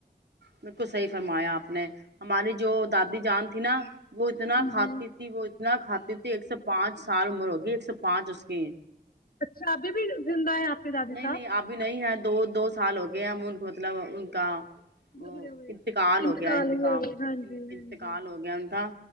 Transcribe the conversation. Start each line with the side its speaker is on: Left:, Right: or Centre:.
Right: بالکل صحیح فرمایا آپ نے ہماری جو دادی جان تھی نا وہ اتنا
Left: ہاں
Right: کھاتی
Left: جی
Right: تھی وہ اتنا کھات تھی ایک سو پانچ سال عمر ہوگی ایک سو پانچ اس کی
Left: اچھا ابھی بھی زند ہے آپ کے دادی
Right: نہیں
Left: صاحب
Right: نہیں ابھی نہیں ہے دو دو سال ہو گئے ہم ان کو مطلب ان کا وہ
Left: گزرے ہوئے
Right: انتقال ہو گیا انتقال
Left: ہوئے ہوئے ہاں جی
Right: انتقال
Left: ہاں جی
Right: ہو گیا ان کا